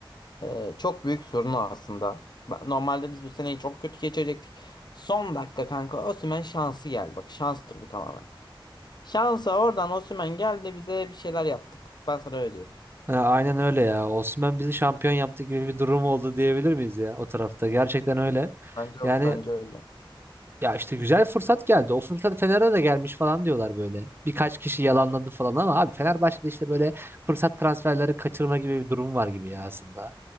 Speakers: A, on the left; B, on the right.
A: ee, çok büyük sorunu aslında. Ben- Normalde biz bu seneyi çok kötü geçirecektik. Son dakika kanka Osimhen şansı geldi. Bak şanstır bu tamamen. Şansa oradan Osimhen geldi bize bir şeyler yaptık. Ben sana öyle diyorum.
B: Ha, aynen öyle ya. Osimhen bizi şampiyon yaptı gibi bir durum oldu diyebilir miyiz ya o tarafta? Gerçekten öyle.
A: Bence
B: Yani
A: bence öyle.
B: ya işte güzel fırsat geldi. O fırsat Fener'e de gelmiş falan diyorlar böyle. Birkaç kişi yalanladı falan ama abi Fenerbahçe'de işte böyle fırsat transferleri kaçırma gibi bir durum var gibi ya aslında.